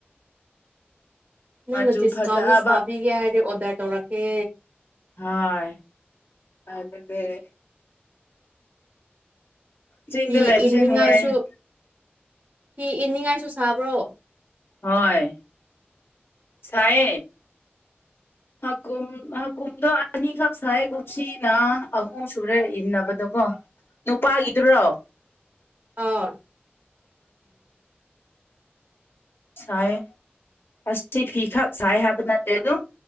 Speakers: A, on the left; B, on the right.
A: ꯃꯆꯨ
B: ꯅꯪꯅ ꯗꯤꯁꯀꯥꯎꯟꯟꯅ
A: ꯐꯖꯕ
B: ꯁꯥꯕꯤꯒꯦ ꯍꯥꯏꯔꯗꯤ ꯑꯣꯔꯗꯔ ꯇꯧꯔꯛꯀꯦ
A: ꯍꯣꯏ ꯑꯗꯒꯤ ꯆꯤꯡꯗ
B: ꯍꯤ
A: ꯂꯩꯕꯁꯦ
B: ꯏꯅꯤꯡꯉꯥꯏꯁꯨ
A: ꯅꯨꯡꯉꯥꯏ
B: ꯍꯤ ꯏꯅꯤꯡꯉꯥꯏꯁꯨ ꯁꯥꯕ꯭ꯔꯣ
A: ꯍꯣꯏ ꯁꯥꯏꯌꯦ ꯍꯥꯀꯨꯝ ꯍꯥꯀꯨꯝꯗꯣ ꯑꯅꯤꯈꯛ ꯁꯥꯏꯒꯨꯞꯁꯤꯅ ꯑꯍꯨꯝ ꯁꯨꯔꯦ ꯏꯟꯅꯕꯗꯀꯣ ꯅꯨꯄꯥꯒꯤꯗꯨꯔꯣ
B: ꯑꯥꯎ
A: ꯁꯥꯏ ꯑꯁꯤ ꯐꯤ ꯈꯛ ꯁꯥꯏ ꯍꯥꯏꯕ ꯅꯠꯇꯦ ꯑꯗꯨ